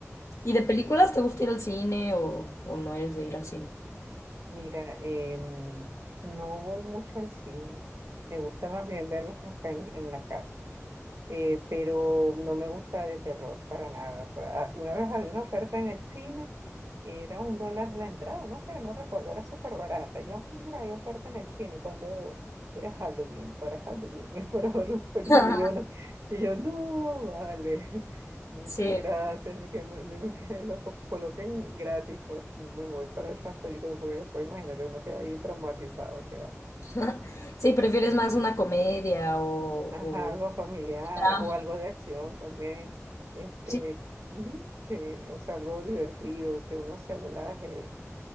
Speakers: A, on the left; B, on the right.
A: y de películas, ¿te gusta ir al cine o, o no eres de ir al cine?
B: Mira, em, no voy mucho al cine, me gusta más bien verlos acá en en la casa. eh, pero no me gusta de terror para nada. O sea, a- una vez había una oferta en el cine, era un dólar la entrada, no sé, no recuerdo, era súper barata. Yo, "Ay, mira, hay oferta en el cine, y cuando veo, era Halloween, para Halloween, <laughs> para ver un película,
A: <laughs>
B: yo no, y yo, no, vale, <laughs> muchas
A: Sí,
B: gracias, ni que me, ni que lo co- coloquen gratis, pues no me voy para esas películas, porque después imagínate, uno queda ahí traumatizado, que va.
A: <laughs> sí, prefieres más una comedia o,
B: Ajá, algo
A: o
B: familiar
A: drama.
B: o algo de acción también, este,
A: Sí,
B: ujú, que- o sea, algo divertido, que uno se relaje.